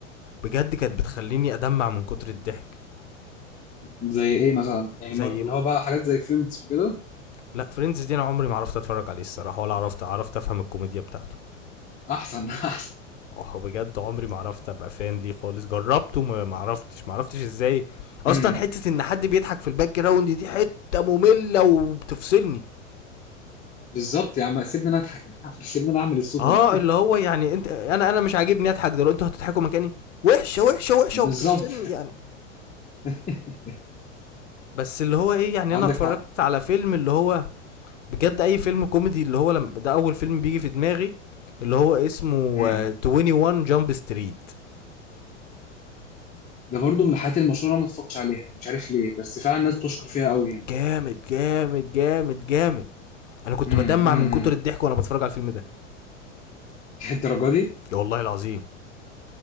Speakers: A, on the left; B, on the left.
A: بجد كانت بتخليني ادمع من كتر الضحك
B: زي ايه مثلا يعني
A: زي
B: ما- اللي هو بقى حاجات زي فريندز وكده
A: لا فريندز دي انا عمري ما عرفت اتفرج عليه الصراحة ولا عرفت عرفت افهم الكوميديا بتاعته
B: احسن <laughs> احسن
A: اه بجد عمري ما عرفت ابقى فان ليه خالص جربته ما ما عرفتش ما عرفتش ازاي اصلا
B: امم
A: حته ان حد بيضحك في الباك جراوند دي حته ممله وبتفصلني
B: بالظبط يا عم سيبني انا اضحك <laughs> يا عم سيبني انا اعمل الصوت
A: اه
B: انا
A: اللي هو يعني انت انا انا مش عاجبني اضحك دلوقتي انتوا هتضحكوا مكاني وحشه وحشه وحشه
B: <laughs> بالظبط
A: وبتفصلني يعني
B: <laughs>
A: بس اللي هو ايه يعني
B: عندك
A: انا اتفرجت
B: حق
A: على فيلم اللي هو بجد اي فيلم كوميدي اللي هو لما ده اول فيلم بيجي في دماغي اللي هو اسمه
B: امم
A: آه، 21 جامب ستريت
B: ده برضو من الحاجات المشهوره انا ما اتفرجتش عليها مش عارف ليه بس فعلا الناس بتشكر فيها قوي يعني
A: جامد جامد جامد جامد انا كنت
B: امم
A: بدمع
B: امم
A: من كتر الضحك وانا بتفرج على الفيلم ده
B: <laughs> الدرجه دي
A: يا والله العظيم